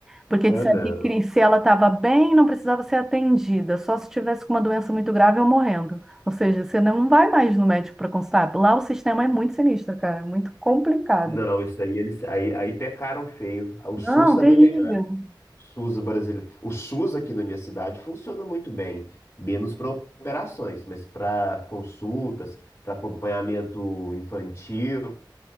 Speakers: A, in the centre; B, on the left.
A: Porque
B: Ah,
A: disseram
B: não.
A: que cri- se ela estava bem, não precisava ser atendida, só se tivesse com uma doença muito grave ou morrendo. Ou seja, você não vai mais no médico para consultar. Lá o sistema é muito sinistro, cara, muito complicado.
B: Não, isso aí eles aí, aí pecaram feio. O SUS
A: Não,
B: também
A: terrível.
B: SUS brasileiro. O SUS aqui na minha cidade funciona muito bem, menos para operações, mas para consultas, para acompanhamento infantil.